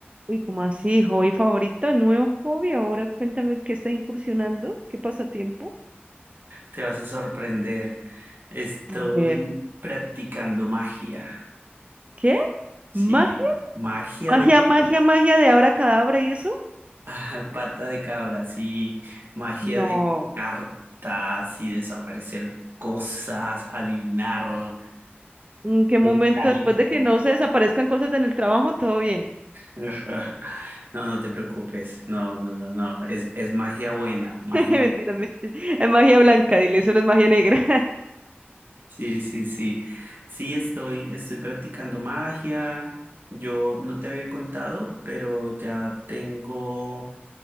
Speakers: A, on the right; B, on the right.
A: Y como así, hobby favorito, nuevo hobby, ahora cuéntame qué está incursionando, qué pasatiempo.
B: Te vas a sorprender. Estoy
A: A ver,
B: practicando magia.
A: ¿qué?
B: Sí,
A: ¿Magia?
B: magia
A: ¿Magia,
B: de
A: magia, magia de abra cadabra y eso?
B: <laughs> pata de cabra, sí, magia
A: No.
B: de cartas y desaparecer cosas, adivinar.
A: ¿En qué momento
B: Mentalismo.
A: después de que no se desaparezcan cosas en el trabajo, todo bien?
B: Ajá. No, no te preocupes. No, no, no, no. Es, es magia buena, magia
A: <laughs> Mentiras,
B: buena.
A: mentiras. Es magia blanca, dile, eso no es magia negra. <laughs>
B: Sí, sí, sí. Sí, estoy, estoy practicando magia. Yo no te había contado, pero ya tengo